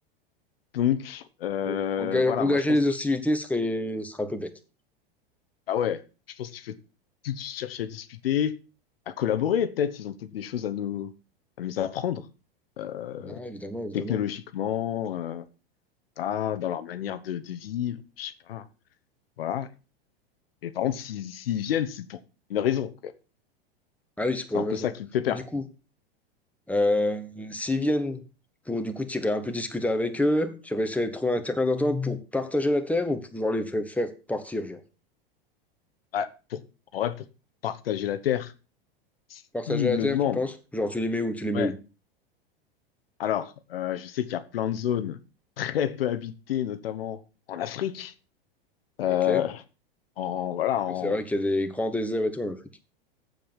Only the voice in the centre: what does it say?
Donc, enga-
engager
les
hostilités
serait, serait un peu bête.
Ah, évidemment, évidemment.
Ah oui, c'est
pour une
raison.
Mais du coup, euh, s'ils viennent pour, du coup, t'irais un peu discuter avec eux, t'irais essayer de trouver un terrain d'entente pour partager la terre ou pour pouvoir les fa- faire partir, genre.
Partager
la
terre,
tu penses? Genre, tu les mets où? Tu les mets
où?
Ok.
Mais C'est vrai qu'il y a des grands déserts et tout en Afrique.